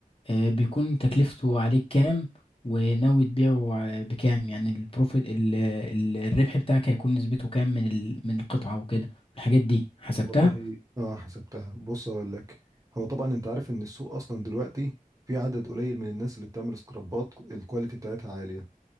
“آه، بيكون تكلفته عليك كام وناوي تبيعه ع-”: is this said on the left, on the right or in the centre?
Left